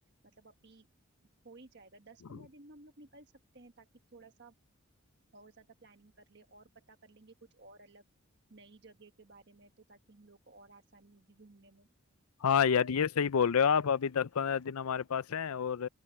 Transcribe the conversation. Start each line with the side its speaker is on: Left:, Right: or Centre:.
Right: मतलब अभी हो ही जाएगा दस
Left: हाँ।
Right: पंद्रह दिन में हम लोग निकल सकते हैं ताकि थोड़ा सा और ज्यादा प्लानिंग कर ले और पता कर लेंगे कुछ और अलग नई जगह के बारे में तो ताकि हम लोग को और आसानी होगी घूमने में
Left: हाँ यार ये सही बोल रहे हो आप अभी दस पंद्रह दिन हमारे पास हैं और